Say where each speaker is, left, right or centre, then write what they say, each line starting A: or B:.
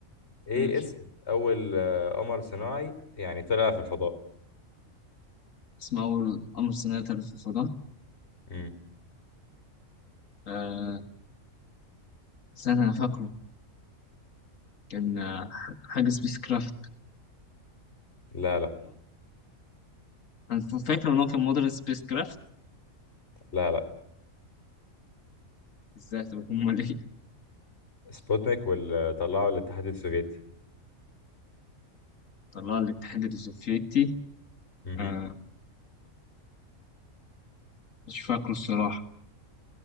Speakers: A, on the left; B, on the left.
A: إيه
B: ماشي
A: اسم أول آه، قمر صناعي يعني طلع في الفضاء
B: اسمه اول امر صناعي في الفضاء
A: مم.
B: آه، استنى انا فاكره كان آه، حاجه سبيس كرافت
A: لا لا
B: أنا فاكر إن هو كان مدرس سبيس كرافت
A: لا لا
B: إزاي طب أمال إيه؟
A: سبوتنيك واللي طلعه الاتحاد السوفيتي
B: طلع الاتحاد السوفيتي
A: مهم.
B: آه مش فاكره الصراحة